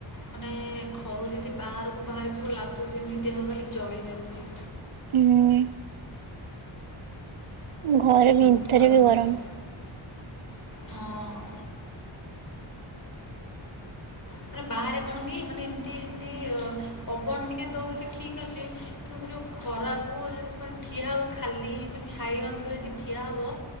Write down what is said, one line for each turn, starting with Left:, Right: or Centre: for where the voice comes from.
Left: ମାନେ ଘରୁ ଯଦି ବାହାରକୁ ବାହାରିଯିବୁ ଲାଗୁଛି ଯେମତି ଦେହ ଖାଲି ଜଳି ଯାଉଛି।
Right: ହୁଁ। ଘରେ
Left: ଆଜି ବହୁତ
Right: ଭିତରେ
Left: ଖରାପ
Right: ବି
Left: ହେଉଛି,
Right: ଗରମ।
Left: ହଁ। ମାନେ ବାହାରେ କଣ କି ମାନେ ଏମତି ଏମିତି ଅ ପବନ ଟିକେ ଦଉଛି ଠିକ ଅଛି ତେଣୁ ଯେଉଁ ଖରାକୁ ଯଦି ମାନେ ଠିଆ ହେବ, ଖାଲି ମାନେ ଛାଇ ନଥିବ ଯଦି ଠିଆ ହେବ